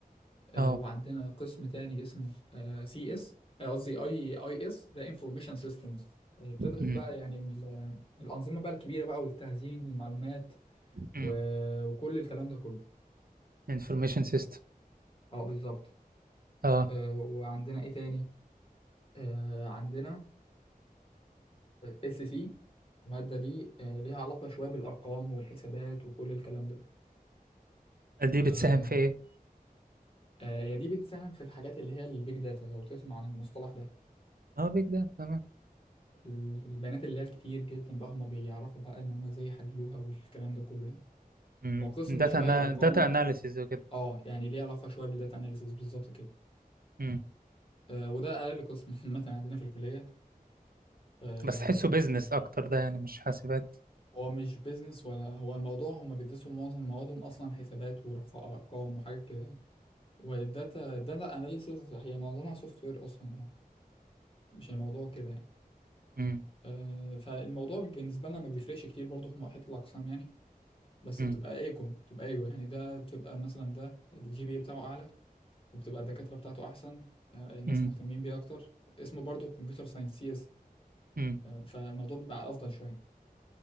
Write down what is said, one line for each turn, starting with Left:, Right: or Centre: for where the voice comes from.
Left: آه،
Right: اه
Left: وعندنا قسم تاني اسمه آه، CS آه، قصدي اي اي اس ده انفورميشن سيستمز بتدرس
Right: امم
Left: بقى يعني ال- الانظمه بقى الكبيره بقى والتخزين المعلومات
Right: امم
Left: و- وكل الكلام ده كله
Right: انفورميشن سيستم
Left: اه بالظبط
Right: اه
Left: آه، وعندنا ايه تاني آه، عندنا اس سي الماده دي آه، ليها علاقه شويه بالارقام والحسابات وكل الكلام ده
Right: دي
Left: آه،
Right: بتساهم في ايه؟
Left: آه، هي دي بتساهم في الحاجات اللي هي البيج داتا لو تسمع عن المصطلح ده
Right: اه بيج داتا تمام
Left: البيانات اللي هي الكتير جدا بقى هم بيعرفوا بقى ان هم ازاي يحللوها والكلام ده كله يعني
Right: امم
Left: وقسم
Right: داتا
Left: شوية
Right: أنا...
Left: ارقام
Right: داتا اناليسيز وكده
Left: اه يعني ليه علاقة شوية بالداتا اناليسيس بالظبط كده
Right: امم
Left: آه وده اقل قسم <laughs> عامة عندنا في الكلية آه
Right: بس تحسه بيزنس اكتر ده يعني مش حاسبات
Left: هو مش بيزنس ولا هو الموضوع هم بيدرسوا معظم موادهم اصلا حسابات وارقام وحاجات كده يعني والداتا الداتا اناليسيس هي معظمها سوفت وير اصلا يعني مش الموضوع كده يعني
Right: امم
Left: آه، فالموضوع بالنسبة لنا ما بيفرقش كتير برضو في حتة الأقسام يعني بس
Right: امم
Left: بتبقى ايجو بتبقى ايجو يعني ده بتبقى مثلا ده الجي بي بتاعه أعلى وبتبقى الدكاترة بتاعته أحسن آه، الناس
Right: امم
Left: مهتمين بيه أكتر اسمه برضو كمبيوتر ساينس سي اس
Right: امم
Left: فالموضوع بيبقى أفضل شوية